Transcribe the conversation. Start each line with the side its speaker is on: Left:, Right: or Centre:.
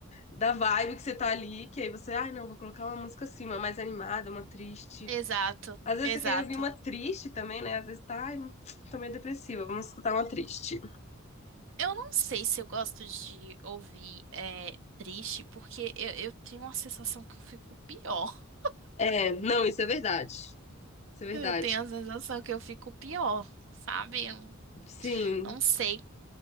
Left: da vibe que você tá ali, que aí você, ai, não, vou colocar uma música assim, uma mais animada, uma triste.
Right: Exato,
Left: Às vezes
Right: exato.
Left: você quer ouvir uma triste também, né? Às vezes tá, ai, tô meio depressiva, vamos escutar uma triste.
Right: Eu não sei se eu gosto de ouvir é, triste, porque eu, eu tenho uma sensação que eu fico pior.
Left: É, não, isso é verdade. Isso é verdade.
Right: Eu tenho a sensação que eu fico pior, sabe? Eu
Left: Sim.
Right: não sei.